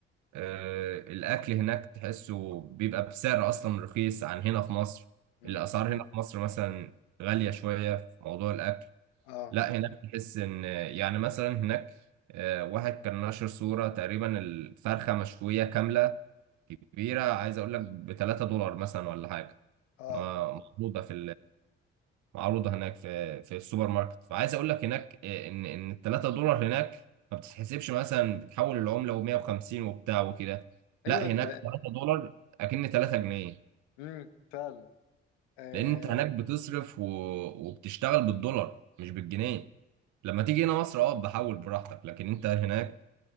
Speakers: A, on the right; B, on the left.
A: آه، الاكل هناك تحسه بيبقى بسعر اصلا رخيص عن هنا في مصر
B: مم.
A: الاسعار هنا في مصر مثلا غالية شوية في موضوع الاكل
B: آه
A: لا هناك تحس ان يعني مثلا هناك آه، واحد كان نشر صورة تقريبا الفرخة مشوية كاملة كبيرة عايز اقول لك ب 3 دولار مثلا ولا حاجة
B: آه
A: ما- محطوطة في معروضة هناك في في السوبر ماركت فعايز اقول لك هناك آه، ان ان ال 3 دولار هناك ما بتتحسبش مثلا بتحول العملة و150 وبتاع وكده لا
B: أيوه ال-
A: هناك 3 دولار اكن 3 جنيه
B: مم. فعلا آه
A: لان انت هناك
B: و...
A: بتصرف و... وبتشتغل بالدولار مش بالجنيه
B: مم.
A: لما تيجي هنا مصر اه بحول براحتك لكن انت هناك